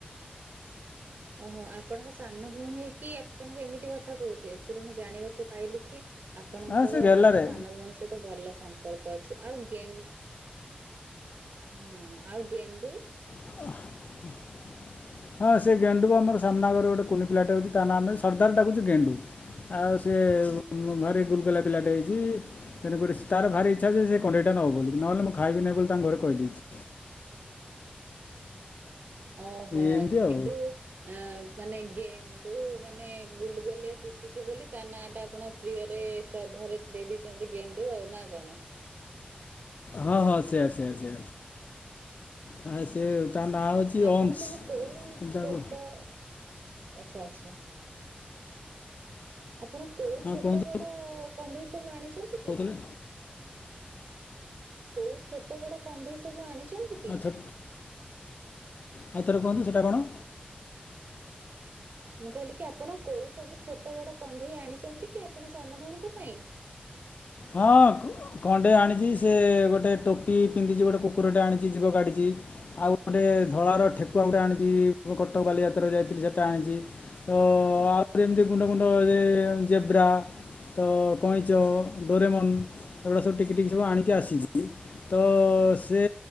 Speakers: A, on the right; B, on the left.
A: ଓହୋ ଆପଣଙ୍କ ସାନ ଭଉଣୀ ହେଇକି ଆପଣଙ୍କୁ ଏମିତି କଥା କହୁଛି ଏଥିରେ ମୁଁ ଜାଣିବାକୁ ପାଇଲି କି ଆପଣଙ୍କର
B: ହଁ ସେ ଗେଲାରେ
A: ଆପଣଙ୍କ ସାନ ଭଉଣୀ ସହିତ ଭଲ ସମ୍ପର୍କ ଅଛି ଆଉ ଗେନ ହଁ ଆଉ ଗେଣ୍ଡୁ।
B: <unintelligible> ହଁ ସେ ଗେଣ୍ଡୁ ଆମର ସାମନା ଘର ଗୋଟେ କୁନି ପିଲାଟେ ଅଛି ତା ନାଁ ସରଦାର୍ ଡାକୁଚି ଗେଣ୍ଡୁ। ଆଉ ସେ ଭାରି ଗୁଲଗୁଲା ପିଲାଟେ ହେଇଛି। ତେଣୁକରି ତାର ଭାରି ଇଛା ଯେ ସେ କଣ୍ଢେଇଟା ନବ ବୋଲି ନହେଲେ ମୁଁ ଖାଇବିନି ବୋଲି ତାଙ୍କଘରେ କହିଦେଇଛି।
A: ଓହୋ
B: ଏମିତି
A: ଗେଣ୍ଡୁ
B: ଆଉ
A: ଆ ମାନେ ଗେଣ୍ଡୁ ଗେଣ୍ଡୁ ମାନେ ଗୁଲଗୁଲିଆ ଦିଶୁଛି ବୋଲି ତା ନାଁ ଟା ଆପଣ ପ୍ରିୟରେ ଶ୍ରଦ୍ଧାରେ ଦେଇ ଦେଇଛନ୍ତି ଗେଣ୍ଡୁ ଆଉ ନା କଣ।
B: ହଁ ହଁ ସେଆ ସେଆ ସେଆ ନା ସେ ତା ନାଁ ହେଉଛି
A: ଆପଣ
B: ଅଂଶ
A: ସବୁ କୋଉ
B: କିନ୍ତୁ ତାକୁ
A: ଛୋଟ ଆଚ୍ଛା ଆଚ୍ଛା। ଆପଣ କୋଉ
B: ହଁ
A: ଛୋଟ
B: କୁହନ୍ତୁ
A: ବଡ କଣ୍ଢେଇ ସବୁ ଆଣିଛନ୍ତି? କି?
B: କଣ କହିଲେ?
A: କୋଉ ଛୋଟ ବଡ କଣ୍ଢେଇ ସବୁ ଆଣିଛନ୍ତି? କି?
B: ଆଚ୍ଛା ଆଉ ଥରେ କୁହନ୍ତୁ ସେଇଟା କଣ?
A: ମୁଁ କହିଲି କି ଆପଣ କୋଉ ସବୁ ଛୋଟ ବଡ କଣ୍ଢେଇ ଆଣିଛନ୍ତି କି ଆପଣ ସାନ ଭଉଣୀଙ୍କ ପାଇଁ?
B: ହଁ। କଣ୍ଢେଇ ଆଣିଛି ସେ ଗୋଟେ ଟୋପି ପିନ୍ଧିଛି ଗୋଟେ କୁକୁରଟେ ଆଣିଛି ଯିଵକାଢିଛି। ଆଉ ଗୋଟେ ଧଳାର ଠେକୁଆ ଗୋଟେ ଆଣିଛି କଟକଵାଲି ଯାତ୍ରାରେ ଯାଇଥିଲି ସେଇଟା ଆଣିଛି। ତ ଆହୁରି ଏମିତି ଗୁଣ୍ଡ ଗୁଣ୍ଡ ଜେବ୍ରା ତ କଇଁଚ ଡୋରେମନ ଏଗୁଡା ସବୁ ଟିକି ଟିକ ସବୁ ଆଣିକି ଆସିଛି। ତ ସେ